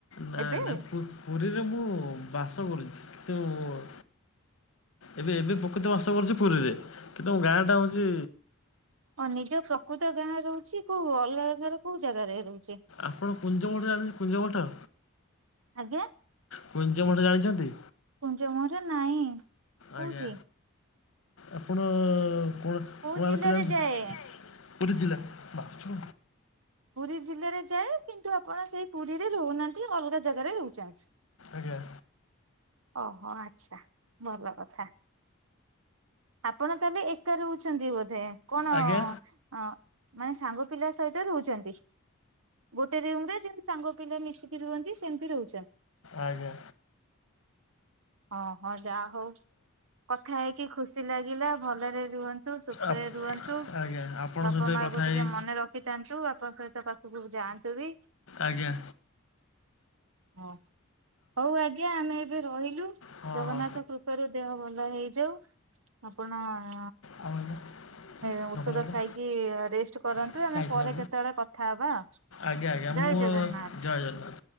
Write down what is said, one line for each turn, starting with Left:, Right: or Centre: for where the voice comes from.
Left: ନା,
Right: ଏବେ?
Left: ନାଇଁ, ପୁ ପୁରୀରେ ମୁଁ ବାସ କରୁଚି କିନ୍ତୁ ଏବେ ଏବେ ପ୍ରକୃତ ବାସ କରୁଛି ପୁରୀରେ। କିନ୍ତୁ ମୋ ଗାଁ ଟା ହୋଉଚି
Right: ଓ ନିଜ ପ୍ରକୃତ ଗାଁ ରହୁଛି କୋଉ ଅଲଗା ଜାଗାର କୋଉ ଜାଗାରେ ରହୁଚେ?
Left: ଆପଣ କୁଞ୍ଜ ମଠ ଜାଣିଛନ୍ତି କୁଞ୍ଜ ମଠ?
Right: ଆଜ୍ଞା।
Left: କୁଞ୍ଜ ମଠ ଜାଣିଛନ୍ତି?
Right: କୁଞ୍ଜ ମହର ନାଇଁ କୋଉଠି?
Left: ଆଜ୍ଞା ଆପଣ କୋଣ
Right: କୋଉ
Left: କୋଣାର୍କ
Right: ଜିଲ୍ଲାରେ
Left: ଜାଣିଛ
Right: ଯାଏ?
Left: ପୁରୀ ଜିଲ୍ଲା ମାଛ
Right: ପୁରୀ ଜିଲ୍ଲାରେ ଯାଏ କିନ୍ତୁ ଆପଣ ସେଇ ପୁରୀରେ ରହୁନାହାନ୍ତି ଅଲଗା ଜାଗାରେ ରହୁଛନ୍ତି।
Left: ଆଜ୍ଞା।
Right: ଓହୋ ଆଚ୍ଛା ଭଲ କଥା। ଆପଣ ତାହେଲେ ଏକା ରହୁଛନ୍ତି ବୋଧେ କଣ
Left: ଆଜ୍ଞା
Right: ଅଁ ମାନେ ସାଙ୍ଗ ପିଲା ସହିତ ରହୁଛନ୍ତି। ଗୋଟେ ରୁମରେ ଯେମତି ସାଙ୍ଗ ପିଲା ମିଶିକି ରୁହନ୍ତି ସେମତି ରହୁଛନ୍ତି?
Left: ଆଜ୍ଞା
Right: ହଁ ହଁ ଯା ହଉ। କଥା ହେଇକି ଖୁସି ଲାଗିଲା ଭଲରେ ରୁହ ନ୍ତୁ ସୁଖରେ
Left: ଆପ-
Right: ରୁହନ୍ତୁ,
Left: ଆଜ୍ଞା ଆପଣଙ୍କ
Right: ବାପା
Left: ସହିତ
Right: ମାଆ
Left: କଥା
Right: କୁ ଟିକେ
Left: ହେଇ
Right: ମନେ ରଖ ଖିଥାନ୍ତୁ ବାପାଙ୍କ ସହିତ ପାଖକୁ ଯାଆନ୍ତୁ ବି।
Left: ଆଜ୍ଞା।
Right: ହଁ ହଉ ଆଜ୍ଞା ଆମେ ଏବେ ରହିଲୁ
Left: ହଁ
Right: ଜଗନ୍ନାଥ
Left: ହଁ
Right: କୃ ପାରୁ ଦେହ ଭଲ ହେଇଯାଉ। ଆପଣ ଅଁ
Left: ଆଉ ହେଲା
Right: ଔଷଧ
Left: ନକଲ ହେଲା
Right: ଖାଇକି ରେଷ୍ଟ କରନ୍ତୁ
Left: ସେ
Right: ଆମେ
Left: ଆଇଥିଲା
Right: ପରେ କେତେବେଳେ କଥା ହବା।
Left: ଆଜ୍ଞା ଆଜ୍ଞା
Right: ଜୟ
Left: ମୁଁ
Right: ଜଗନ୍ନାଥ।
Left: ଜୟ ଜଗନ୍ନାଥ।